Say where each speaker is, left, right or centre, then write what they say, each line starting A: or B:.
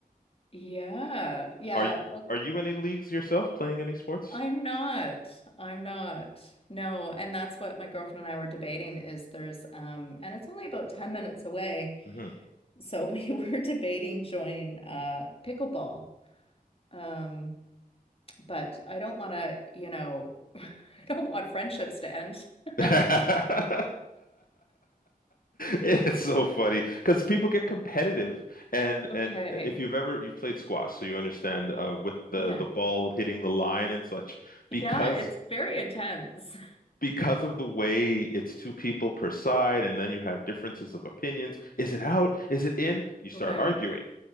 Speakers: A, on the left; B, on the left.
A: Yeah. Yeah.
B: Are you
A: Oh,
B: are you in any leagues yourself, playing any sports?
A: I'm not. I'm not. No. And that's what my girlfriend and I were debating is there's um and it's only about 10 minutes away.
B: hmm
A: So <laughs> we were debating joining uh pickleball. Um, but I don't want to, you know, <laughs> I don't want friendships to end. <laughs>
B: <laughs> It's so funny because people get competitive, and
A: Okay.
B: and uh, if you've ever you've played squash, so you understand uh, with the
A: Yeah.
B: the ball hitting the line and such,
A: Yeah,
B: because
A: it's very intense.
B: because of the way it's two people per side, and then you have differences of opinions. Is it out? Is it in? You start
A: Right.
B: arguing.